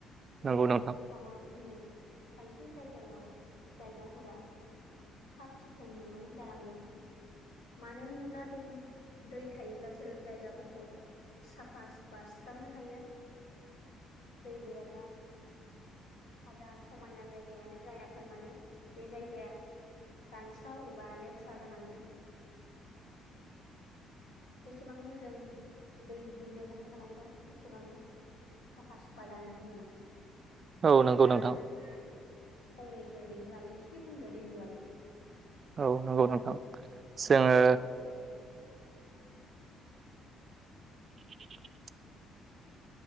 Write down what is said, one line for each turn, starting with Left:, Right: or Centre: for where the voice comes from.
Right: नंगौ
Left: दैनि
Right: नोंथां
Left: अभाबाव दिनै खायसे जायगायाव जायगाफोरा साब सिख खोन नङै जालांदों। मानो होनोब्ला दै दै थायोब्लासो जायगाफोरखौ साफा सुफा सुस्रांनो हायो। दै गैयाब्ला हाजार समायना जायगायानो जायाथों मानो बे जायगाया रान स्राव एबा लेथ्रा जालाङो। जेसेबांनो जों दैनि बेबहार खालामगोन एसेबांनो साफा सुफा जानो हमो।
Right: औ नंगौ
Left: दा
Right: नोंथां
Left: नोंथाङा फंनैसो बेनि बागै एसे बुंदो दैनि बागै।
Right: औ नंगौ नोंथां जोङो <inaudible>